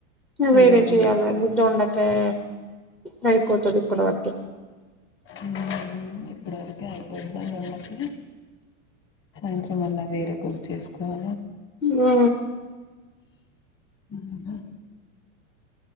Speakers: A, on the left (about 30°); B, in the centre.
A: వేరేది
B: వేరే చేయాలండి దొండకాయ నయిపోతది ఇప్పుడ వర్క
A: ఉ ఇక్కడ వరకే అయిపోయింద వాళ్లకి సాయంత్రం అల్ల వేరే కు చేసుకోవా
B: ఆ
A: ఉ హ